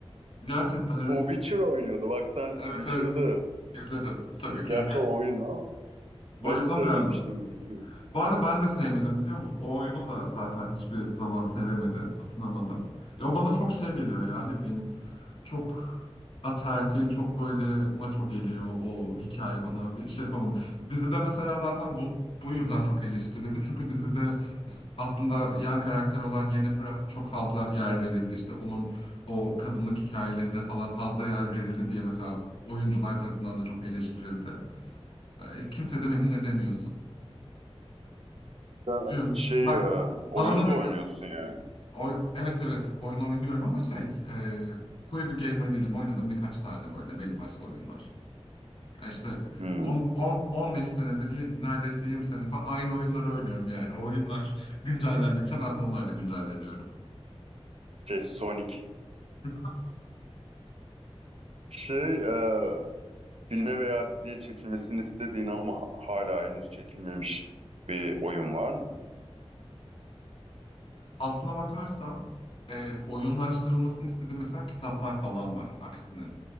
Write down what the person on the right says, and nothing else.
O Witcher oynuyordu. Bak sen
Witcher'ı
da
gerçi o oyun ama
ben hiç sevmemiştim
Witcher'ı.
Sen
şey
e, oyun
da oynuyorsun yani.
Hmm.
Şey Sonic.
Şey e, Filme veya diziye çekilmesini istediğin ama hala henüz çekilmemiş bir oyun var mı?